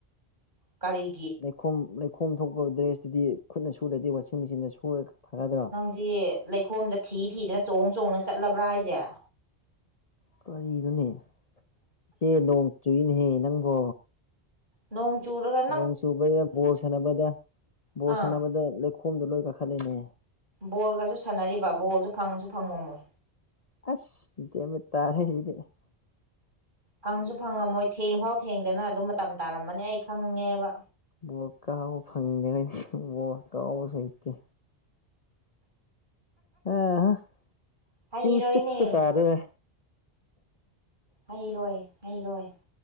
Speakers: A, on the right; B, on the left.
A: ꯀꯔꯤ
B: ꯂꯩꯈꯣꯝ ꯂꯩꯈꯣꯝ ꯊꯣꯛꯄ ꯗ꯭ꯔꯦꯁꯇꯨꯗꯤ ꯈꯨꯠꯅ ꯁꯨꯔꯗꯤ ꯋꯥꯁꯤꯡ ꯃꯦꯆꯤꯟꯗ ꯁꯨꯔ ꯐꯒꯗ꯭ꯔꯥ
A: ꯗꯤ ꯂꯩꯈꯣꯝꯗ ꯊꯤ ꯊꯤꯗꯅ ꯆꯣꯡ ꯆꯣꯡꯅ ꯆꯠꯂꯕ꯭ꯔꯥ ꯍꯥꯏꯁꯦ
B: ꯀꯔꯤꯅꯣꯅꯦ ꯏꯆꯦ ꯅꯣꯡ ꯆꯨꯏꯅꯦꯍꯦ ꯅꯪꯕꯣ
A: ꯅꯣꯡ ꯆꯔꯒ
B: ꯅꯣꯡ ꯆꯨꯕꯗ ꯕꯣꯜ ꯁꯥꯟꯅꯕꯗ ꯕꯣꯜ
A: ꯑꯥ
B: ꯁꯥꯟꯅꯕꯗ ꯂꯩꯈꯣꯝꯗꯣ ꯂꯣꯏ ꯀꯥꯈꯠꯂꯤꯅꯦ
A: ꯕꯣꯜꯒꯁꯨ ꯁꯥꯟꯅꯔꯤꯕ ꯕꯣꯜꯁꯨ ꯐꯪꯁꯨ ꯐꯪꯉꯝꯃꯣꯏ
B: ꯑꯁ <unintelligible>
A: ꯐꯪꯁꯨ ꯐꯪꯉꯝꯃꯣꯏ ꯊꯦꯡ ꯐꯥꯎ ꯊꯦꯡꯗꯅ ꯑꯗꯨꯝ ꯃꯇꯝ ꯇꯥꯔꯝꯃꯅꯤ ꯑꯩ ꯈꯪꯉꯦꯕ
B: ꯕꯣꯜ ꯀꯥꯎꯕ ꯐꯪꯗ꯭ꯦꯉꯩꯗꯤ ꯕꯣꯔ ꯀꯥꯎꯕꯁꯨ ꯍꯩꯇꯦ ꯑ ꯍꯥ
A: ꯍꯩꯔꯣꯏꯅꯦ
B: ꯆꯨ ꯆꯨꯞꯄ ꯇꯘꯧꯔꯦ
A: ꯍꯩꯔꯣꯏ ꯍꯩꯔꯣꯏ